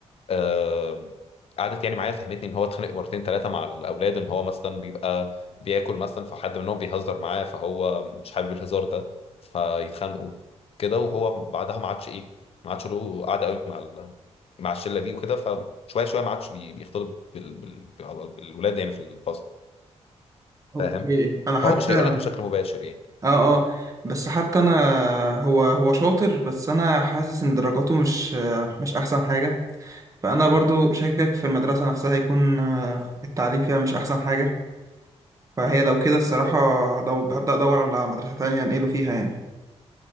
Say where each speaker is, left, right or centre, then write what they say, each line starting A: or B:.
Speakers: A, on the left; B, on the right.
A: آه، قعدت يعني معايا فهمتني ان هو اتخانق مرتين ثلاثه مع الاولاد ان هو مثلا بيبقى بياكل مثلا فحد منهم بيهزر معاه فهو مش حابب الهزار ده فيتخانقوا كده وهو بعدها ما عادش ايه ما عادش له قعده قوي مع ال... مع الشله دي وكده فشويه شويه ما عادش بي- بيختلط بال... بال... بال- بالولاد يعني في الفصل
B: اوكي
A: فاهم
B: انا
A: فهو
B: حتى
A: مش هيقول لك بشكل مباشر يعني
B: اه اه بس حتى انا هو هو شاطر بس انا حاسس ان درجاته مش آه، مش احسن حاجه فانا برضو شاكك في المدرسه نفسها يكون آه، التعليم فيها مش احسن حاجه فهي لو كده الصراحه هدو- هبدا ادور على مدرسه تانية انقله فيها يعني